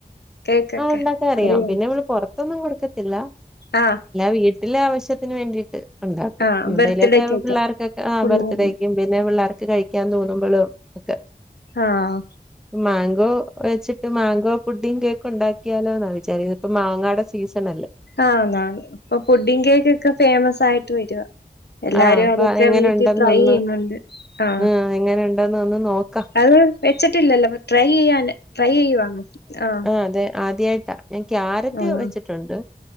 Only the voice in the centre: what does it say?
ആ ഉണ്ടാക്കാ അറിയാം
പിന്നെ നമ്മള് പുറത്തൊന്നും കൊടുക്കത്തില്ല.
വീട്ടിലെ ആവശ്യത്തിന് വേണ്ടിട്ട് ഉണ്ടാക്കും
എന്തേലുമൊക്കെ
പിള്ളേർക്കൊക്കെ ആ
ബർത്ത്ഡേക്കും പിന്നെ പിള്ളേർക്ക് കഴിക്കാൻ തോന്നുമ്പോഴും ഒക്കെ
മാങ്കോ വെച്ചിട്ട് മാങ്കോ പുഡി കേ ക്ക് ഉണ്ടാക്കിയാലോ ന്നാ വിചാ ഇപ്പ മാങ്ങായുടെ സീസൺ അല്ലേ?
ആഹ് അപ്പൊ
എങ്ങനെ
ഉണ്ടെന്നൊന്ന്
ആഹ് എങ്ങനെ ഉണ്ടെന്ന് ഒന്ന് നോക്കാം
ആ അതെ ആദ്യായിട്ടാ ഞാൻ ക്യാരറ്റ്
വെച്ചിട്ടുണ്ട്